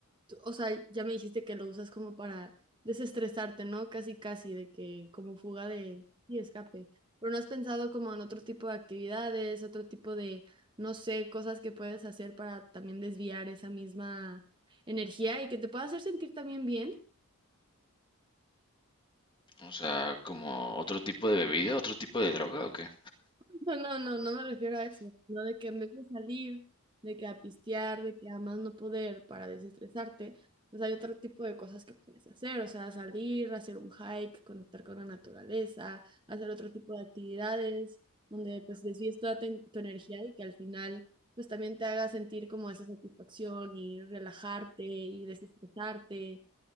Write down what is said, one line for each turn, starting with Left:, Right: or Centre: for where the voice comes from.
Right: tú- O sea, ya me dijiste que lo usas como para desestresarte, ¿no? Casi, casi, de que como fuga de y escape. Pero no has pensado como en otro tipo de actividades, otro tipo de, no sé, cosas que puedes hacer para también desviar esa misma energía y que te pueda hacer sentir también bien.
Left: O sea, como otro tipo de bebida, otro tipo de droga o qué?
Right: <laughs> No, no, no, no me refiero a eso, no de que en vez de salir, de que a pistear, de que a más no poder para desestresarte, pues hay otro tipo de cosas que puedes hacer, o sea, salir, hacer un hike, conectar con la naturaleza, hacer otro tipo de actividades donde pues desvíes toda tu, tu energía y que al final pues también te haga sentir como esa satisfacción y relajarte y desestresarte